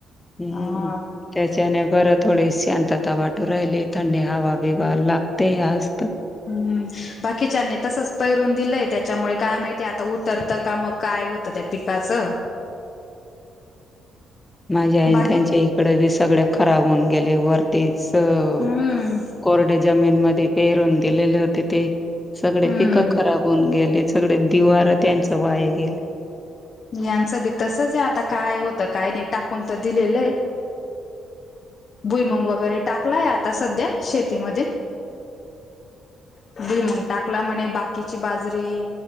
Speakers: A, on the left (about 15°); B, on the left (about 50°).
A: ह्म्म्म
B: ह
A: त्याच्याने बरं थोडी शांतता वाटू राहिली थंडी हवा बिवा लागतेय आजत
B: हम्म बाकीच्यानी तसच पैरून दिलंय त्याच्यामुळे काय माहितीय आता उतरतं का मग काय हो त त्या पिकाचं
A: माझ्या आई
B: बाकी
A: त्याच्या इकड बी सगळ खराब होऊन गेले वरतीच हो
B: हम्म
A: कोरडे जमीन मधून पेहरून दिलेल होते ते सगळे
B: हम्म
A: पिकं खराब होऊन गेले सगळे बीवार त्यांच वाया गेलय.
B: यांचं बी तसच हाय आता काय होतं काय नाय टाकून त दिलेलंय. भुईमंग वगैरे टाकलाय आता सध्या शेतीमध्ये भुईमूग टाकला म्हणे बाकीची बाजरी